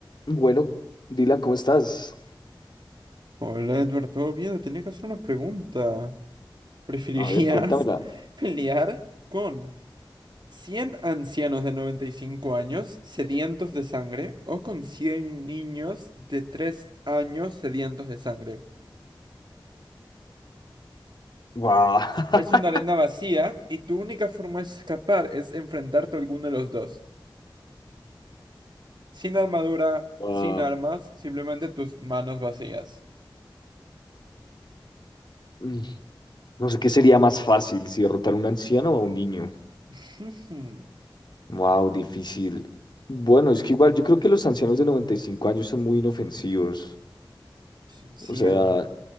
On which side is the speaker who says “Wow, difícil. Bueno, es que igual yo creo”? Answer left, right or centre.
Left